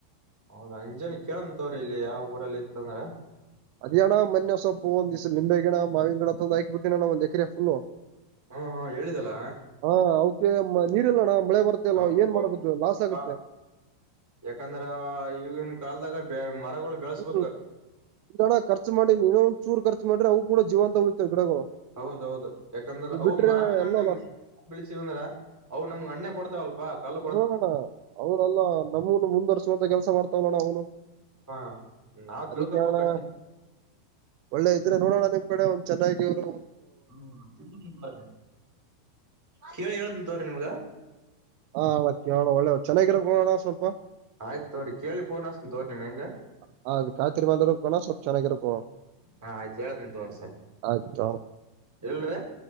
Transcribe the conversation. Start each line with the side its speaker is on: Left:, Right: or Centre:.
Centre: ಹೌದಾ ಇಂಜೆನ್ ಕೇಳತನ್ ತಗೋರಿ ಇಲ್ಲಿ ಯಾವ ಊರಲ್ಲಿ ಇತ್ತಂದ್ರ.
Right: ಅದ್ಯ ಅಣ್ಣ ಮೊನ್ನೆ ಒಂದ್ ಸ್ವಲ್ಪ ಒಂದಿಸ್ ನಿಂಬೆ ಗಿಡ, ಮಾವಿನ ಗಿಡ ಹಾಕ್ಬಿಟ್ಟಿನ್ಣ ಒಂದ ಎಕರೆ ಫುಲ್ಲು.
Centre: ಹಾ ಹಾ ಹೇಳಿದಲ್ಲ.
Right: ಹಾ ಅವುಕೆ ನೀರಿಲ್ಲಣ್ಣ ಮಳೆ ಬರ್ತ್ ಇಲ್ಲ
Centre: ಹೌದು,
Right: ಏನ್ ಮಾಡ್ಬೇಕು ಲಾಸ್
Centre: ಪಾಪ.
Right: ಆಗುತ್ತೆ.
Centre: ಯಾಕಂದ್ರ ಈಗನ್ ಕಲ್ದಾಗ ಬೆಳೆ, ಮರಗಳು ಬೆಳಸ್ಬೇಕ
Right: ಹ್ಮು ಈಗಣ್ಣ್ ಖರ್ಚು ಮಾಡಿನಿ ನೀವೇ ಒಂದು ಚೂರು ಖರ್ಚ್ ಮಾಡ್ರ ಅವು ಕೂಡ ಜೀವಂತ ಉಳಿತಾವ್ ಗಿಡಗಳು.
Centre: ಹೌದ್ ಹೌದ್ ಯಾಕಂದ್ರ
Right: ಈಗ
Centre: ಅವು
Right: ಬಿಟ್ರೆ
Centre: ಮಾವಿನ
Right: ಎಲ್ಲ
Centre: ಹಣ್ಣ್
Right: ಲಾಸ್
Centre: ಬೆಳಸಿವ ಅಂದ್ರ ಅವು ನಮ್ಗೆ ಅಣ್ಣೆ ಕೊಡ್ತಾವ ಅಲ್ಲಪಾ. ಕಲ್ಲು
Right: <unintelligible>
Centre: ಹಾ ನಾವ್ ತಿಳ್ಕೋಬೇಕ್
Right: ಅದಕ್ಕೆ ಅಣ್ಣ
Centre: ಅಷ್ಟೇ.
Right: ಒಳ್ಳೆ ಇದ್ರೆ ನೋಡೋಣ <unintelligible> ಚೆನ್ನಾಗಿರು.
Centre: <unintelligible> ಕೇಳಿ ಹೇಳ್ತನ್ ತಗೋರಿ ನಿಮ್ಗ.
Right: <unintelligible> ಒಳ್ಳೇದ ಚೆನ್ನಾಗಿರೋದ್ ಕೊಡ್ ಅಣ್ಣಾ ಸ್ವಲ್ಪ.
Centre: ಆಯ್ತ ತೋರಿ ಕೇಳಿ ಫೋನ್ ಹಚ್ತನ್ <unintelligible>
Right: <unintelligible>
Centre: ಹಾ ಆಯ್ತಹೇಳ್ತನ್ ತಗೋರಿ ಸರ್
Right: ಆಯ್ತು ಅಣ್ಣ
Centre: ಇಲ್ಡ್ರಿ.